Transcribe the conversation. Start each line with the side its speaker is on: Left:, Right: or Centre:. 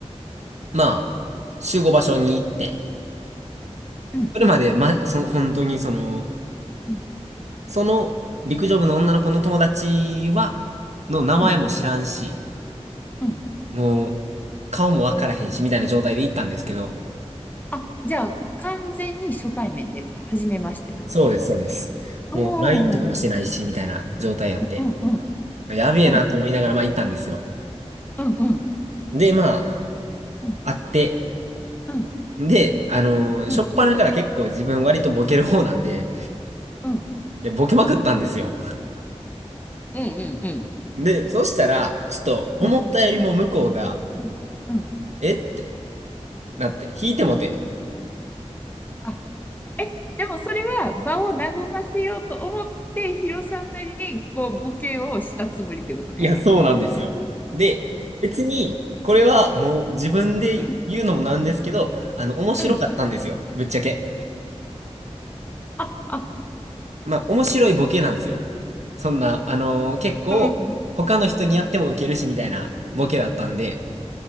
Right: まあ、集合場所に行って、
Left: うん、
Right: それまで、ま、その、本当にその、
Left: うん、
Right: その陸上部の女の子の友達は、の名前も知らんし、
Left: うん。うん
Right: もう、顔もわからへんし、みたいな状態で行ったんですけど、
Left: あ、じゃあ、完全に初対面で、初めましてってこと
Right: そうです、そうです。
Left: うん、
Right: もう、LINE とかもしてないし、
Left: うん、うん。
Right: みたいな状態やって、
Left: うんうんうん。
Right: やべえなと思いながら、
Left: うん
Right: まあ行ったんですよ。
Left: うんうん
Right: で、まあ、
Left: うん
Right: 会って、
Left: うん
Right: で、あのー、
Left: うん
Right: しょっぱなから結構自分割とボケる方なんで、
Left: うん
Right: で、ボケまくったんですよ。
Left: うんうん。
Right: で、そしたら、ちょっと思ったよりも向こうが、
Left: うんうんうん
Right: えってなって、引いてもて、
Left: あ、え、でもそれは場を和ませようと思って、ヒロさんなりにこうボケをしたつもりってことね。
Right: いや、そうなんですよ。で、別に、これはもう自分で言うのもなんですけど、
Left: うん、
Right: あの、面白かったんですよ。
Left: うん。
Right: ぶっちゃけ。
Left: あ、あ、
Right: まあ、面白いボケなんですよ。そんな、あのー結構、
Left: うん、うん、
Right: 他の人にやってもウケるしみたいなボケだったんで、